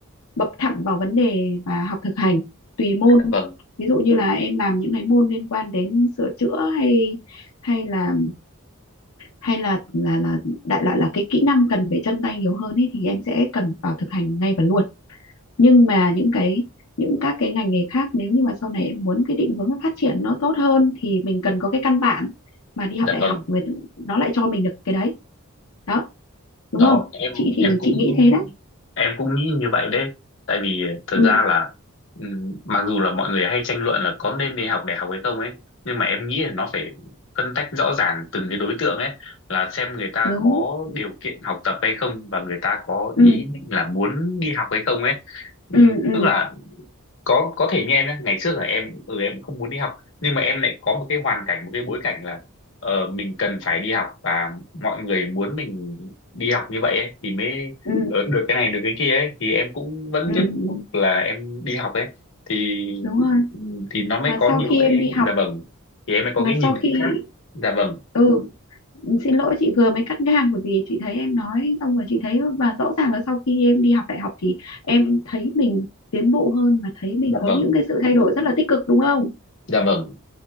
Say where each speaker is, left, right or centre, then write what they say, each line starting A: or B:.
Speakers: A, on the left; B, on the left.
A: bập thẳng vào vấn đề và học thực hành tùy môn
B: dạ vâng
A: ví dụ như là em làm những cái môn liên quan đến sửa chữa hay hay là hay là là là đại loại là cái kỹ năng cần về chân tay nhiều hơn ấy, thì em sẽ cần vào thực hành ngay và luôn nhưng mà những cái những các cái ngành nghề khác nếu như mà sau này em muốn cái định hướng phát triển nó tốt hơn thì mình cần có cái căn bản mà đi học
B: dạ
A: đại
B: vâng
A: học người nó lại cho mình được cái đấy đó đúng
B: đó
A: không
B: em
A: chị thì
B: em cũng
A: chị nghĩ thế đấy
B: em cũng nghĩ như vậy đấy tại vì ờ, thật
A: ừ
B: ra là ừm, mặc dù là mọi người hay tranh luận là có nên đi học đại học hay không ấy nhưng mà em nghĩ là nó phải phân tách rõ ràng từng cái đối tượng ấy là xem người ta
A: đúng
B: có điều kiện học tập hay không và người ta có
A: ừ
B: ý định là muốn đi học hay không ấy Ừm,
A: ừ ừ
B: tức là có có thể như em nhé ngày trước là em ừ em không muốn đi học nhưng mà em lại có một cái hoàn cảnh một cái bối cảnh là ờ, mình cần phải đi học và mọi người muốn mình đi học như vậy ấy, thì mới
A: ừ
B: ờ, được cái này được cái kia ấy thì em cũng vẫn
A: ừ
B: tiếp
A: ừ
B: tục là em đi học ấy thì
A: đúng rồi
B: thì nó mới
A: mà
B: có
A: sau
B: nhiều
A: khi
B: cái
A: em đi học
B: dạ vâng thì em mới có
A: mà
B: cái nhìn
A: sau khi
B: khác dạ vâng
A: ừ xin lỗi chị vừa mới cắt ngang bởi vì chị thấy em nói xong rồi chị thấy và rõ ràng là sau khi em đi học đại học thì em thấy mình tiến bộ hơn mà thấy mình
B: dạ
A: có
B: vâng
A: những cái sự thay đổi rất là tích cực đúng không
B: dạ vâng